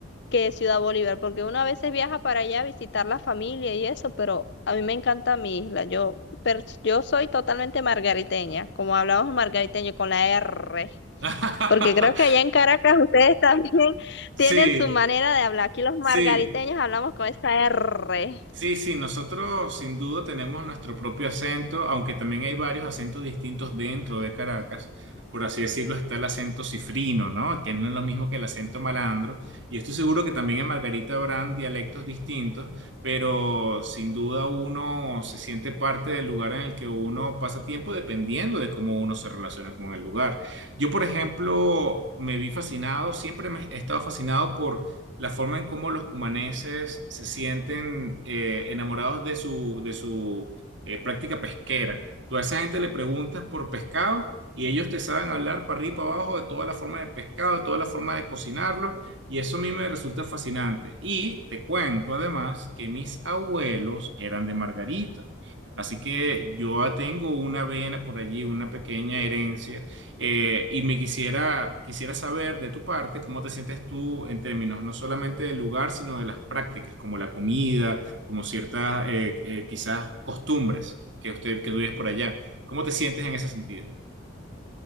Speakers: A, on the left; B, on the right.
A: que Ciudad Bolívar, porque uno a veces viaja para allá a visitar la familia y eso, pero a mí me encanta mi isla. Yo, per- yo soy totalmente margariteña, como hablamos margariteño con la R,
B: <laughs>
A: porque creo que allá en Caracas ustedes también <laughs>
B: Sí,
A: tienen su manera de hablar. Aquí los margariteños
B: sí,
A: hablamos con esa R.
B: sí, sí, nosotros sin duda tenemos nuestro propio acento, aunque también hay varios acentos distintos dentro de Caracas. Por así decirlo, está el acento cifrino, ¿no? Que no es lo mismo que el acento malandro. Y estoy seguro que también en Margarita habrán dialectos distintos, pero sin duda uno se siente parte del lugar en el que uno pasa tiempo dependiendo de cómo uno se relaciona con el lugar. Yo, por ejemplo, me vi fascinado, siempre me he estado fascinado por la forma en cómo los cumaneses se sienten eh, enamorados de su, de su eh, práctica pesquera. Tú a esa gente le preguntas por pescado y ellos te saben hablar para arriba y para abajo de toda la forma de pescado, de toda la forma de cocinarlo, y eso a mí me resulta fascinante. Y te cuento además que mis abuelos eran de Margarita. Así que yo tengo una vena por allí, una pequeña herencia eh, y me quisiera, quisiera saber de tu parte cómo te sientes tú en términos no solamente del lugar, sino de las prácticas, como la comida, como ciertas eh, eh, quizás costumbres que usted que tú vives por allá. ¿Cómo te sientes en ese sentido?